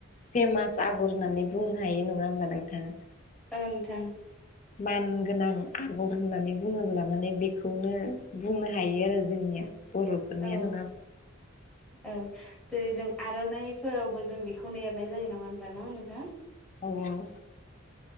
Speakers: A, on the left; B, in the centre.
A: फेमास आगर होननानै बुंनो हायो नङा होमबा नोंथां?
B: ओ नोंथां
A: मान गोनां आगर होननानै बुङोब्ला माने बेखौनो बुंनो हायो आरो जोंनिया। बर'फोरनिया
B: औ
A: नङा
B: औ जेरै जों आर'नाइफोरावबो जों बेखौनो एरनाय जायो नङा होनबा? ना नोंथां?
A: औ औ